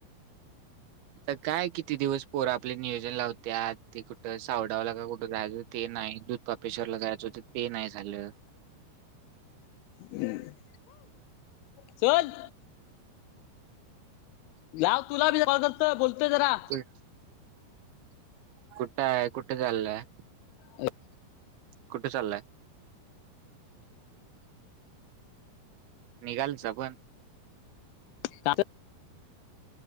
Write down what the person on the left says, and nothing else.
हम्! चल! जा तुला मी कॉल करतोय बोलतोय जरा-
अ!
<inaudible>